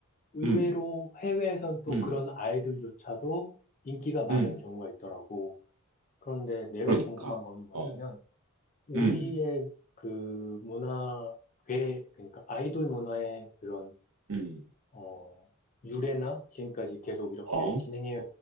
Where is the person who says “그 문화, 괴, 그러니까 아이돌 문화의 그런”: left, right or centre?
Left